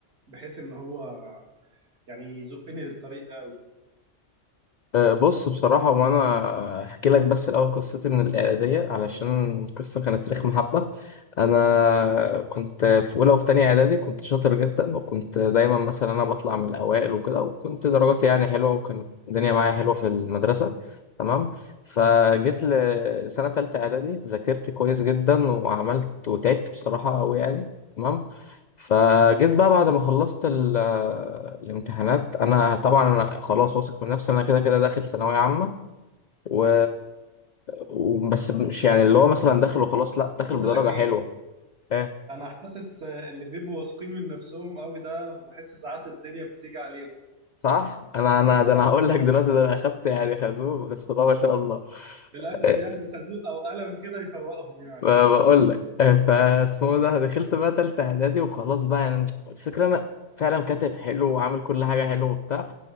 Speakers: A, on the right; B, on the left.
A: بحيث ان هو يعني يزقني للطريق ده قوي
B: أه، بص بصراحة وأنا أحكي لك بس الأول قصتي من الإعدادية علشان القصة كانت تاريخ محبة أنا كنت في أولى وفي تانية إعدادي كنت شاطر جدا وكنت دايما مثلا أنا بطلع من الأوائل وكده وكنت درجاتي يعني حلوة وكانت الدنيا معايا حلوة في المدرسة تمام فجيت لسنة تالتة إعدادي ذاكرت كويس جدا وعملت وتعبت بصراحة أوي يعني تمام فجيت بقى بعد ما خلصت ال- الامتحانات انا طبعا انا خلاص واثق من نفسي انا كده كده داخل ثانويه عامه و... وبس مش يعني اللي هو مثلا داخل وخلاص لا
A: بس
B: داخل
A: بقول
B: بدرجه
A: لك ايه
B: حلوه ايه
A: انا حاسس اللي بيبقوا واثقين من نفسهم قوي ده بحس ساعات الدنيا بتيجي عليهم
B: صح انا انا
A: اه
B: ده انا هقول لك دلوقتي ده انا اخدت يعني خازوق بسم الله ما شاء الله
A: في الاخر
B: إيه،
A: بياخدوا خازوق او قلم كده يفوقهم يعني
B: ما بقول لك إيه، فاسمه ده دخلت بقى تالتة اعدادي وخلاص بقى يعني الفكره انا فعلا كاتب حلو وعامل كل حاجه حلو وبتاع